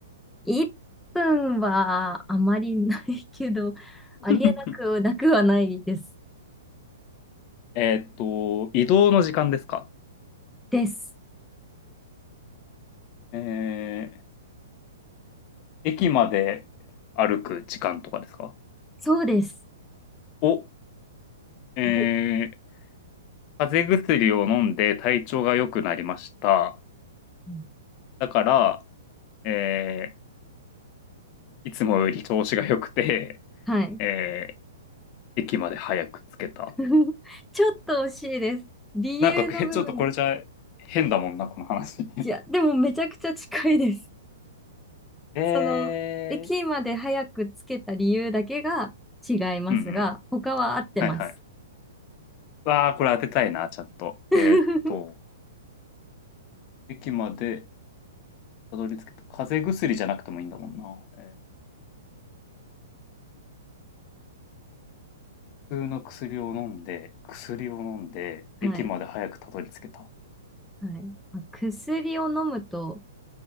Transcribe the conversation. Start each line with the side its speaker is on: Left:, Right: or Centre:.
Centre: 1分はあまりないけど、ありえなくなくはないです。
Left: <laughs> えーっと、移動の時間ですか
Centre: です。
Left: えー駅まで歩く時間とかですか
Centre: そうです。
Left: お、え
Centre: お、
Left: ー風邪薬を飲んで体調が良くなりました。
Centre: うん
Left: だから、えーいつもより調子が良くて、
Centre: はい。
Left: えー駅まで早く着けた。
Centre: <laughs> ちょっと惜しいです。理由の部分が。
Left: なんか、えちょっとこれじゃ変だもんな、この話。
Centre: いや、でもめちゃくちゃ近いです。
Left: <laughs> えー、
Centre: その、駅まで早くつけた理由だけが違いますが、
Left: うんうん。
Centre: 他は合ってます。
Left: はいはい。わあ、これ当てたいな、ちゃんと。
Centre: <laughs>
Left: えーっと、駅までたどり着けた。風邪薬じゃなくてもいいんだもんな。えー普通の薬を飲んで、薬を飲んで、
Centre: はい。
Left: 駅まで早くたどり着けた。
Centre: はい。まあ薬を飲むと、